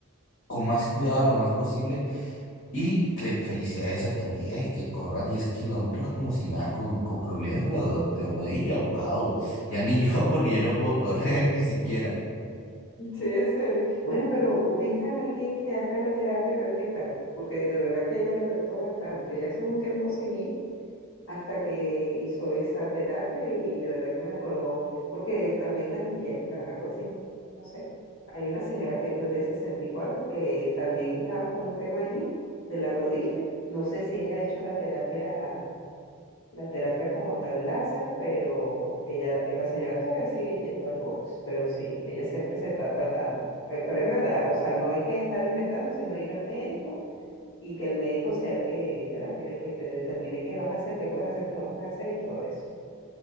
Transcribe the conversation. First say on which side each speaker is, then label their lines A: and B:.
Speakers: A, on the left; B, on the left.
A: con más cuidado lo más posible y que felicidades a tu amiga y que corra 10 kilómetros como si nada, con, con problemas rodo- de rodilla, wow, ya ni yo <laughs> porque yo no puedo correr ni siquiera.
B: Sí, en serio. Bueno, pero ubica a alguien que haga la terapia a ver qué tal, porque de verdad que ella le prestó bastante. Ella estuvo un tiempo sin ir hasta que hizo esa terapia y de verdad que mejoró, porque también las inyectan, algo así, no sé. Hay una señora que la de 64 que también estaba con un tema allí de la rodilla. No sé si ella ha hecho la terapia la terapia como tal láser, pero ella, eh, la señora todavía sigue yendo al box, pero sí, ella siempre se está tratando. Eh, Pero es verdad, o sea, no hay que estar inventando, sino ir al médico y que el médico sea el que, ¿verdad? el que te determine qué vas a hacer, qué puedes hacer, qué no puedes hacer y todo eso.